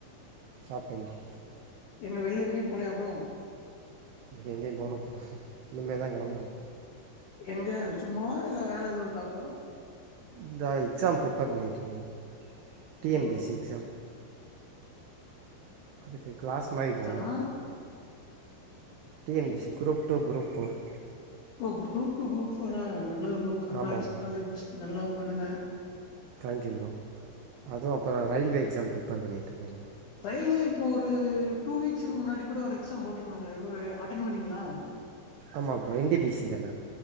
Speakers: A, on the right (about 85°); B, on the left (about 80°).
A: சாப்டேங் ப்ரோ
B: எங்க வெள்ல எங்கியு போலயா ப்ரோ
A: எங்கியு போல ப்ரோ இனிமே தா கெளம்பணு
B: எங்கே சும்மாவா இல்ல வேல எதுவு இருக்கா ப்ரோ
A: இந்தான் எக்ஸாம் ப்ரிப்பேர் பண்ணட்டுருக்கேங்க டி
B: ஓ
A: என் பி ‌சி எக்ஸாம் அதுக்கு கிளாஸ் மாறி
B: எக்ஸாமா
A: போகும் T N P C group two group four
B: ஒ குரூப் டு குரூப் ஃபோரா நல்லது ப்ரோ கங்ராட்ஸ்
A: ஆமாம் ப்ரோ
B: ஆல்தபெஸ்ட் நல்லா பண்ணுங்க
A: தேங்க்யூ ப்ரோ அதுவு அப்றோ ரயில்வே எக்ஸாம் ப்ரிப்பேர் பண்ணிட்ருக்கே
B: ரயில்லே இப்போ ஒரு டூ வீக்ஸுக்கு முன்னாடி கூட ஒரு எக்ஸாம் போட்ருந்தாங்ளே இவ்ளோ அட்டென் பண்ணீங்ளா
A: ஆமா bro N T P C தான